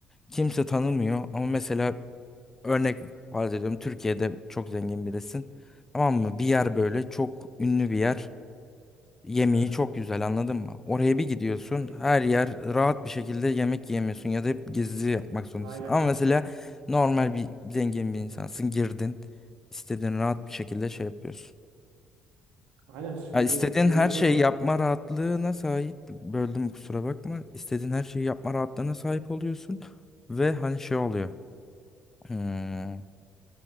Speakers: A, on the left; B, on the right.
A: kimse tanımıyor ama mesela örnek farz ediyorum Türkiye'de çok zengin birisin. Tamam mı? Bir yer böyle çok ünlü bir yer. Yemeği
B: Evet.
A: çok güzel anladın mı? Oraya bir gidiyorsun
B: E,
A: her yer rahat bir şekilde yemek yiyemiyorsun ya da hep gizli yapmak zorundasın.
B: aynen.
A: Ama mesela normal bir zengin bir insansın girdin istediğin rahat bir şekilde şey yapıyorsun.
B: Aynen şimdi
A: Ya istediğin
B: dediğin
A: her şeyi
B: doğru.
A: yapma rahatlığına sahip böldüm kusura bakma. İstediğin her şeyi yapma rahatlığına sahip oluyorsun ve hani şey oluyor. Hmm,